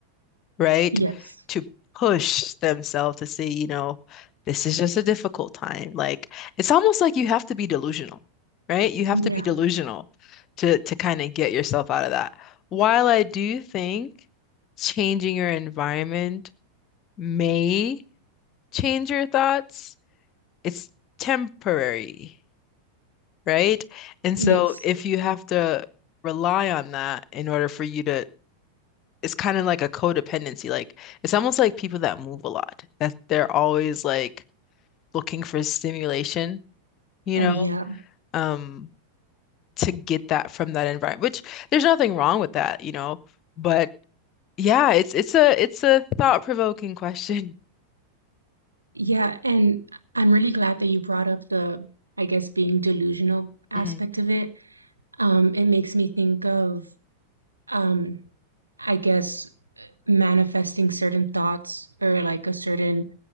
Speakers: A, on the left (about 35°); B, on the right (about 80°).
A: right?
B: yes
A: To push themselves to say, you know, this is just a difficult time. Like it's almost like you have to be delusional, right? You have
B: yeah
A: to be delusional to to kind of get yourself out of that. While I do think changing your environment may change your thoughts, it's temporary, right? And
B: yes
A: so if you have to rely on that in order for you to it's kind of like a codependency. Like it's almost like people that move a lot, that they're always like looking for stimulation, you
B: oh
A: know,
B: yeah
A: um, to get that from that environment, which there's nothing wrong with that, you know. But yeah, it's it's a it's a thought-provoking question.
B: yeah and I'm really glad that you brought up the I guess being delusional aspect
A: hmm
B: of it um it makes me think of um I guess manifesting certain thoughts or like a certain